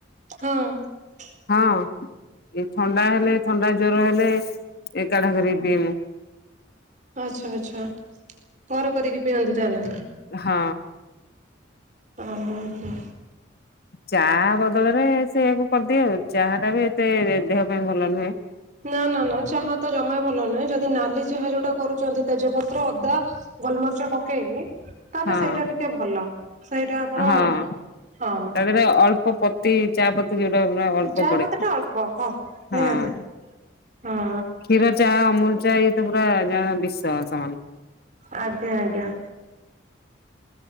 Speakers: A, on the right; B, on the left.
A: ହଁ।
B: ହଁ ଏଇ ଥଣ୍ଡା ହେଲେ ଥଣ୍ଡା ଜ୍ୱର ହେଲେ ଏକାଠା କରି ପିଇମୁ।
A: ଆଚ୍ଛା ଆଚ୍ଛା ଘର କରିକି ପିଅନ୍ତି ତାହେଲେ।
B: ହଁ।
A: ହ ହୋ ହୋ
B: ଚା ବଦଳରେ ସେୟକୁ କରିଦିଏ ଆଉ ଚାହା ଟା ବି ଏତେ ଦେହ ପାଇଁ ଭଲ ନୁହେଁ।
A: ନା ନା ନା ଚାହା ତ ଜମା ଭଲ ନୁହଁ ଯଦି ନାଲି ଚାହା ଯୋଉଟା କରୁଛନ୍ତି, ତେଜପତ୍ର ଅଦା ଗୋଲମରିଚ ପକେଇକି ତାହେଲେ
B: ହଁ
A: ସେଇଟା ଟିକେ ଭଲ, ସେଇଟା ଆପଣ
B: ହଁ ତା
A: ହଁ
B: ଦେହରେ ଅଳ୍ପ ପତି ଚା ପତି ଯେଟା ଅଳ୍ପ
A: ଚା
B: ପରେ
A: ପତି ଟା
B: ହଁ।
A: ଅଳ୍ପ ନିହାତି ହଁ
B: କ୍ଷୀର ଚା ଅମୁଲ ଚା ଇଏ ତ ପୁରା ବିଷ ସମାନ।
A: ଆଜ୍ଞା ଆଜ୍ଞା।